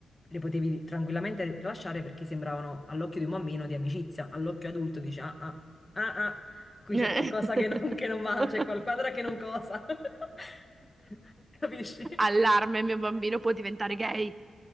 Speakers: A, on the left; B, on the right.
A: le potevi tranquillamente lasciare perché sembravano all'occhio di un bambino di amicizia, all'occhio adulto dice ah ah ah ah, qui
B: Cioè,
A: c'è qualcosa che non, che non va,
B: <laughs>
A: c'è qualquadra che non cosa. <laughs> Capisci?
B: Allarme, mio bambino può diventare gay.